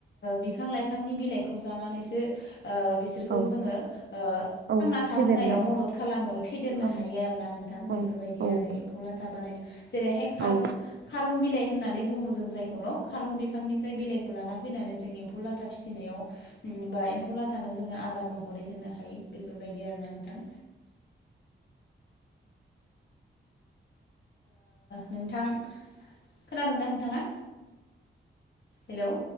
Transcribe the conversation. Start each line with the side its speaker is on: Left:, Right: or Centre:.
Left: बिफां लाइफांनि बिलाइखौ जानानैसो बिस बिसोरखौ
Right: औ
Left: जोङो थांना
Right: औ
Left: था
Right: फेदेरनो
Left: होनोनायाव मदद खालामो आरो फेदेरनो
Right: खालामो
Left: हायो आरोोना नोंथां
Right: औ
Left: बेफोरबायदि
Right: औ
Left: आरो खौ लाथा बानायनो जेरैहाय खारं
Right: औ
Left: खारं बिलाइ होननानै बुङो जों जायखौ न' खारं बिफांनिफ्राय बिलाइखौ लाना फैनानै जों एम्फौ लाथा फिसिनायाव बा एम्फौ लाथानो जोङो आदार महरै होनो हायो बेफोरबायदि आर ना नोंथां नोंथां खोनादोंना नोंथाङा हेल'